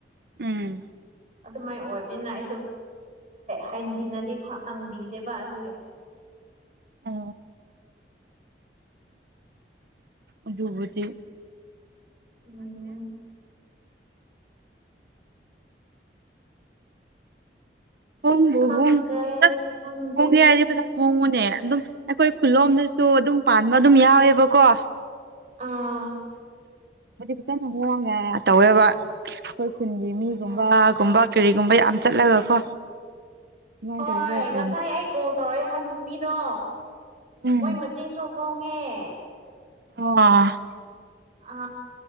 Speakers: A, on the right (about 60°); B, on the right (about 45°).
A: ꯎꯝ
B: ꯑꯗꯨꯃꯥꯏꯅ ꯑꯣꯏꯕꯅꯤꯅ ꯑꯩꯁꯨ ꯍꯖꯤꯟꯅꯗꯤ ꯍꯪꯕꯤꯗꯦꯕ ꯑꯗꯨꯒꯤ
A: ꯑ ꯑꯗꯨꯕꯗꯤ
B: ꯎꯝ
A: ꯍꯣꯡ
B: ꯈꯪꯗ꯭ꯔꯦ
A: ꯍꯣꯡ ꯆ
B: ꯈꯪꯗ꯭ꯔꯦ
A: ꯍꯣꯡ ꯍꯥꯏꯦ ꯍꯣꯡꯉꯨꯅꯦ ꯑꯗꯨꯝ ꯑꯩꯈꯣꯏ ꯈꯨꯂꯣꯝꯗꯁꯨ ꯑꯗꯨꯝ ꯄꯥꯟꯕ ꯑꯗꯨꯝ ꯌꯥꯎꯋꯦꯕꯀꯣ
B: ꯑꯥ
A: ꯗꯤ ꯐꯖꯅ ꯍꯣꯡꯒꯦ ꯇꯧꯋꯦꯕ ꯈꯨ ꯈꯨꯟꯒꯤ ꯃꯤꯒꯨꯝꯕꯒꯨꯝꯕ
B: ꯑꯥ
A: ꯀꯔꯤꯒꯨꯝꯕ ꯌꯥꯝ ꯆꯠꯂꯒ ꯀꯣ ꯑꯗꯨꯃꯥꯏꯅ
B: ꯍꯣꯏ
A: ꯇꯧꯔꯒ
B: ꯉꯁꯥꯏ
A: ꯌꯥꯝ
B: ꯑꯩ ꯀꯣꯜ ꯇꯧꯔꯛꯑꯦ ꯍꯥꯏꯕ ꯅꯨꯄꯤꯗꯣ
A: ꯎꯝ
B: ꯃꯣꯏ ꯃꯆꯦꯁꯨ <unintelligible>
A: ꯑ
B: ꯑ